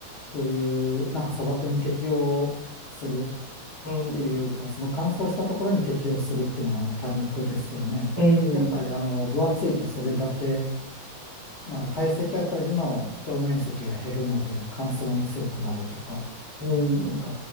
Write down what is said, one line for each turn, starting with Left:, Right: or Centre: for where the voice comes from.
Left: そういう、なんか砂漠に適応する
Right: うん、
Left: ていうか、
Right: うん、
Left: その乾燥したところに適応するっていうのがあの多肉ですよね。
Right: うん、
Left: やっぱりあの分厚いとそれだけ、なんか体積あたりの表面積が減るので乾燥に強くなるとか、
Right: うん、
Left: なんか